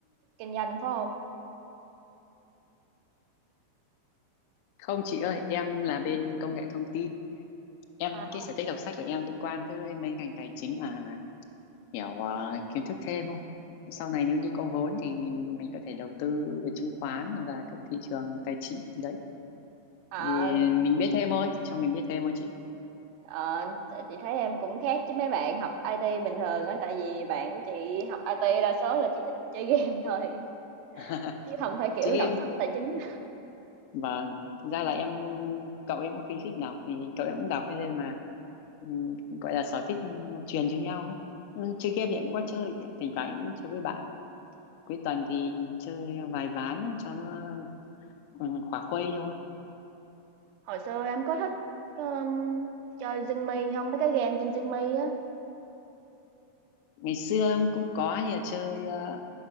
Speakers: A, on the right; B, on the left.
A: kinh doanh phải không
B: Không chị ơi, em là bên công nghệ thông tin. Em
A: À.
B: cái sở thích đọc sách của em liên quan tới mấy ngành tài chính là hiểu ờ, kiến thức thêm thôi. Sau này nếu như có vốn thì mình có thể đầu tư về chứng khoán và các thị trường tài chính đấy.
A: Ờ,
B: Thì mình biết thêm thôi, cho mình biết thêm thôi chị.
A: ờ, chị thấy em cũng khác chứ mấy bạn học IT bình thường á, tại vì bạn của chị học IT đa số là chỉ thích chơi <laughs> game thôi,
B: <laughs>
A: chứ không phải kiểu
B: Chị
A: đọc
B: em
A: sách tài chính.
B: vâng, thực ra là em cậu em cũng khuyến khích đọc thì cậu em cũng đọc thế nên là ừm, gọi là sở thích truyền cho nhau ấy. Ừ, Chơi game thì em cũng có chơi, thỉnh thoảng em cũng chơi với bạn. cuối tuần thì chơi vài ván cho nó ừ, khỏa khuây thôi
A: Hồi xưa em có thích, ờm, chơi Zing-mi hông? Mấy cái game trên Zing-mi á.
B: ngày xưa em cũng có như là chơi ờ,